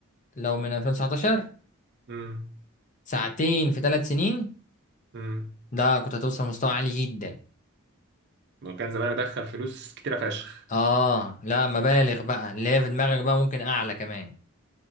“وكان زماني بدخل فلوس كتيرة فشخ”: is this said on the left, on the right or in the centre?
Right